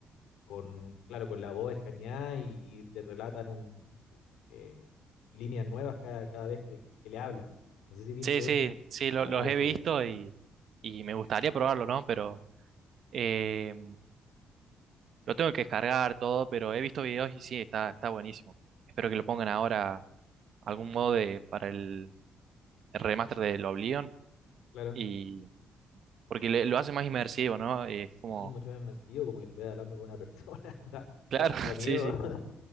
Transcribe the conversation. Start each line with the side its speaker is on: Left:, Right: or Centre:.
Left: con, claro, con la voz escaneada y, y te relatan un, eh, líneas nuevas cada, cada vez que, que le habla. No sé si viste
Right: Sí, sí,
Left: eso.
Right: sí,
Left: No,
Right: lo- los
Left: ese
Right: he visto
Left: es,
Right: y, y me gustaría probarlo, ¿no? Pero eh, lo tengo que descargar todo, pero he visto videos y sí, está, está buenísimo. Espero que lo pongan ahora algún modo de, para el, el remaster del Oblivion
Left: claro.
Right: y porque le- lo hace más inmersivo, ¿no? Es
Left: Sí,
Right: como,
Left: mucho más inmersivo, como que estuviera hablando con una persona, <laughs> da, da
Right: claro,
Left: hasta
Right: <laughs>
Left: miedo.
Right: sí, sí,
Left: <laughs>